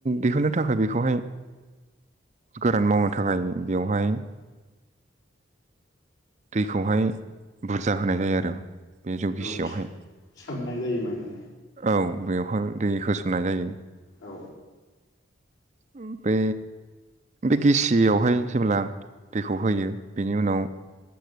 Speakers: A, on the right; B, on the left.
A: दिहुनो बखाय बेखौहाय गोरान मावनो थाखाय बेवहाय। दैखौहाय बुरजा होनाय जायो आरो। बे जौ गिसियावहाय
B: औ सोमनाय जायो माने।
A: औ बेवहाय दै होसननाय जायो।
B: औ
A: ओम बे बे गेसियावहाय जेब्ला दैखौ होयो बेनि उनाव।